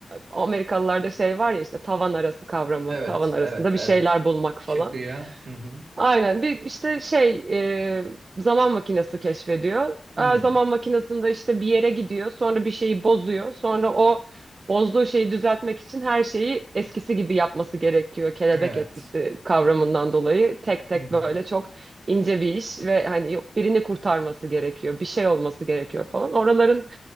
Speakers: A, on the right; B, on the right.
A: Amerikalılarda şey var ya işte tavan arası kavramı.
B: Evet,
A: Tavan arasında
B: evet, evet.
A: bir şeyler bulmak falan.
B: Çıkıyor. Hı hı.
A: Aynen bir işte şey e, zaman makinesi keşfediyor.
B: Hı.
A: Aa, zaman makinesinde işte bir yere gidiyor sonra bir şeyi bozuyor. Sonra o bozduğu şeyi düzeltmek için her şeyi eskisi gibi yapması gerekiyor. Kelebek
B: Evet.
A: etkisi kavramından dolayı tek tek
B: Hı hı.
A: böyle çok ince bir iş ve hani yok birini kurtarması gerekiyor bir şey olması gerekiyor falan. Oraların